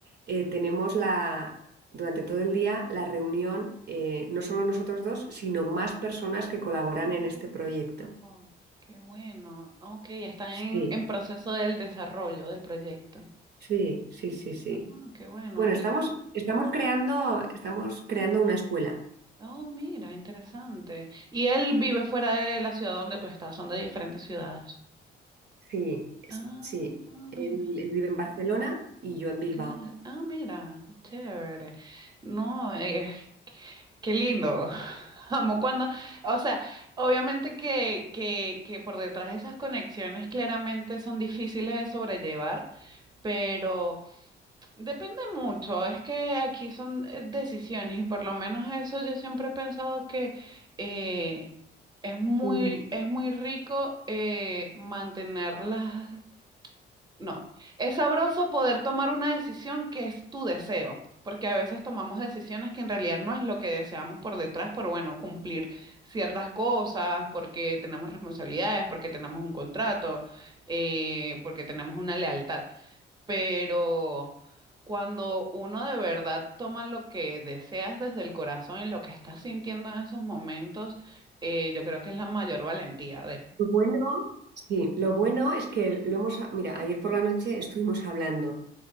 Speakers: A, on the right; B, on the right.
A: eh, tenemos la, durante todo el día la reunión, eh, no solo nosotros dos, sino más personas que colaboran
B: Mm.
A: en este proyecto.
B: Oh, qué bueno. Ok, están en,
A: Sí,
B: en proceso del desarrollo del proyecto.
A: sí, sí, sí, sí.
B: Ah, qué bueno.
A: Bueno, estamos,
B: Y-
A: estamos creando, estamos creando una escuela.
B: Oh, mira, interesante. ¿Y él vive fuera de la ciudad donde tú estás? Son de diferentes ciudades.
A: Sí, es-
B: Ah,
A: sí.
B: no, mira.
A: Él, él vive en Barcelona y yo en Bilbao.
B: Claro. Ah, mira, chévere. No, eh, qué lindo. <laughs> Amo cuando, o sea, obviamente que, que, que por detrás de esas conexiones claramente son difíciles de sobrellevar, pero... Depende mucho, es que aquí son eh, decisiones y por lo menos eso yo siempre he pensado que eh, es muy,
A: Mm.
B: es muy rico eh, mantenerlas, no, es sabroso poder tomar una decisión que es tu deseo, porque a veces tomamos decisiones que en realidad no es lo que deseamos por detrás, por bueno, cumplir ciertas cosas, porque tenemos responsabilidades, porque tenemos un contrato, eh, porque tenemos una lealtad pero cuando uno de verdad toma lo que deseas desde el corazón y lo que estás sintiendo en esos momentos, eh, yo creo que es la mayor valentía de...
A: Lo bueno, sí, lo bueno es que lo hemos, mira, ayer por la noche estuvimos hablando.